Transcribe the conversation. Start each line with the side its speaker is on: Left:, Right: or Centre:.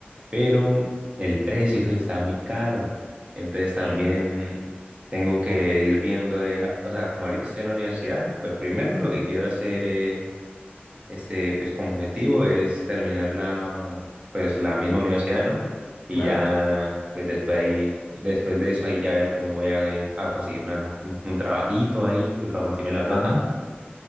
Right: pero el precio, eso sí estaba muy caro. Entonces también
Left: Sí.
Right: tengo que ir viendo, eh, o sea, como ahorita estoy en la universidad, pues primero lo que quiero hacer es este, pues como objetivo es terminar la, pues la misma universidad, ¿no? Y
Left: Claro.
Right: ya, pues después ahí, después de eso ahí ya ver cómo voy a, a conseguir una- un, un trabajito ahí, pues para conseguirme la plata.
Left: Ajá.